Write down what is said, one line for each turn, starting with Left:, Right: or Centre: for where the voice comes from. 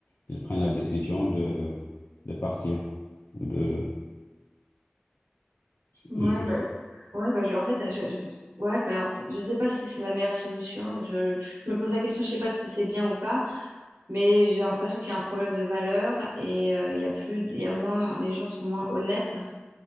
Left: ils prennent la décision de, de partir ou de
Right: Ouais,
Left: je-
Right: bah, ouais, bah, je- en fait, je, je- ouais, bah, alors, je sais pas si c'est la meilleure solution. Je, je me pose la question, je sais pas si c'est bien ou pas, mais j'ai l'impression qu'il y a un problème de valeur et euh, il y a plus, il y a moins, les gens sont moins honnêtes